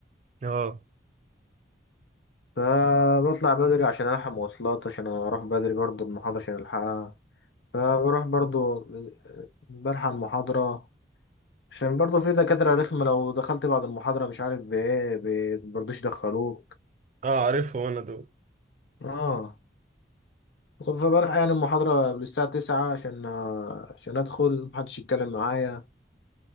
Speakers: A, on the right (about 40°); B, on the left (about 75°).
A: اه
B: فبطلع بدري عشان ألحق مواصلات عشان أروح بدري برضو المحاضرة عشان ألحقها فبروح برضو آه، بلحق المحاضرة عشان برضو في دكاترة رخمة لو دخلت بعد المحاضرة مش عارف بإيه بي- برضوش يدخلوك
A: اه عارفهم انا دول
B: اه فبلحق يعني المحاضرة قبل الساعة تسعة عشان آه، عشان أدخل محدش يتكلم معايا